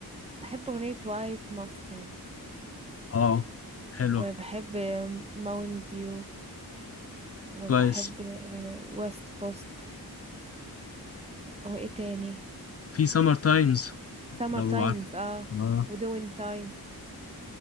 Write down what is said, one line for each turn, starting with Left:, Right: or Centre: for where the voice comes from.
Right: بحب اغنيه وايت ماستنج
Left: آه حلوة
Right: وبحب ماون ديو وبحب
Left: كويس
Right: ويست كوست او ايه تاني
Left: في Summer Times
Right: سمر
Left: لو
Right: تايمز
Left: عارف
Right: اه
Left: آه.
Right: ودوين تايم